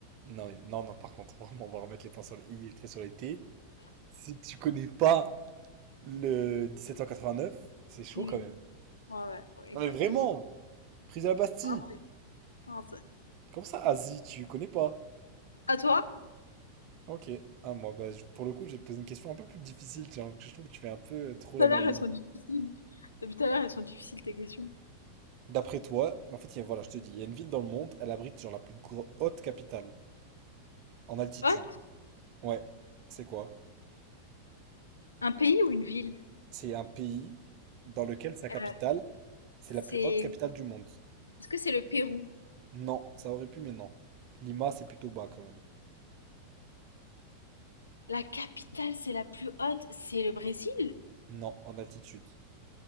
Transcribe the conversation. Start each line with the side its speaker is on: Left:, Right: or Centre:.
Right: Non, mais- non, non, par contre, <laughs> on va remettre les points sur le i et les traits sur les t. Si tu connais pas le 1789, c'est chaud
Left: Oui, oui.
Right: quand même.
Left: Ouais, ouais, ouais,
Right: Non,
Left: exactement.
Right: mais vraiment! Prise de la Bastille!
Left: Ah, c'est- ah, c'est-
Right: Comme ça, Asie, tu connais pas?
Left: à toi?
Right: Ok. Ah, moi, bah, je- pour le coup, j'ai posé une question un peu plus difficile, tiens, parce que je trouve que tu fais un peu trop
Left: Tout
Right: la
Left: à
Right: maline.
Left: l'heure, elles sont difficiles. Depuis tout à l'heure, elles sont difficiles tes questions.
Right: D'après toi, en fait, il y a- voilà, je te dis, il y a une ville dans le monde, elle abrite genre la plus gro- haute capitale en altitude.
Left: Hot,
Right: Ouais, c'est quoi?
Left: un pays ou une ville?
Right: C'est un pays dans lequel sa capitale,
Left: Euh,
Right: c'est la
Left: C'est...
Right: plus haute capitale du monde.
Left: Est-ce que c'est le Pérou?
Right: Non, ça aurait pu, mais non. Lima, c'est plutôt bas quand même.
Left: La capitale, c'est la plus haute, c'est le Brésil?
Right: Non, en altitude.